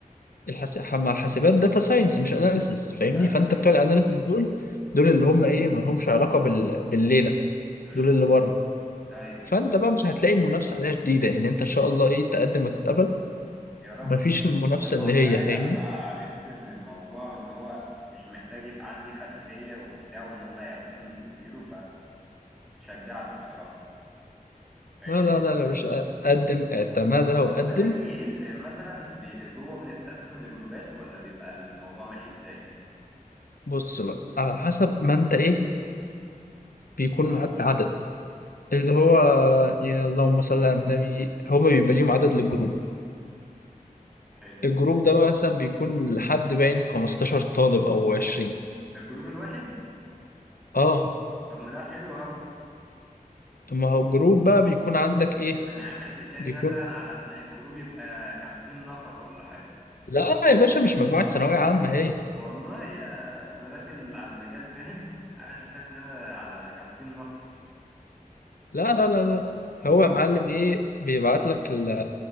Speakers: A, on the left; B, in the centre.
A: الحس... مع الحاسبات داتا ساينس مش اناليسز فاهمني
B: ايوه
A: فانت
B: ايوه
A: بتوع الاناليسز دول دول اللي هم ايه ما لهمش علاقه بال... بالليله
B: امم
A: دول اللي
B: امم
A: بره
B: ايوه
A: فانت بقى مش هتلاقي المنافسه عليها شديده يعني انت ان شاء الله ايه تقدم وتتقبل
B: يا رب
A: مفيش المنافسه
B: انا
A: اللي
B: والله
A: هي فاهمني
B: لما عرفت ان الموضوع ان هو مش محتاج يبقى عندي خلفية وبتاع وان هم ياخدوني من الزيرو فتشجعت بصراحة فاهمني
A: لا لا لا يا باشا قدم اعتمدها وقدم
B: طب بقول لك ايه ال- مثلا بي- جوه بنتقسم لجروبات ولا بيبقى الموضوع ماشي ازاي
A: بص بقى على حسب ما انت ايه بيكون
B: اه
A: معاك عدد اللي
B: اه
A: هو يا اللهم صل على النبي هما
B: بس.
A: بيبقى ليهم عدد للجروب
B: حلو
A: الجروب ده مثلا بيكون لحد باين 15 طالب او 20
B: في الجروب الواحد
A: اه
B: طب ما ده حلو قوي
A: ما هو الجروب بقى بيكون عندك ايه
B: انا عامل حسابي
A: بيكون
B: مثلا على ان الجروب يبقى خمسين نفر ولا حاجة
A: لا يا باشا مش مجموعة ثانوية عامة هي
B: والله يا انا داخل على المجال فاهم <laughs> عامل حساب ان انا على خمسين نفر
A: لا لا لا لا هو
B: مم.
A: يا معلم ايه بيبعت لك ال...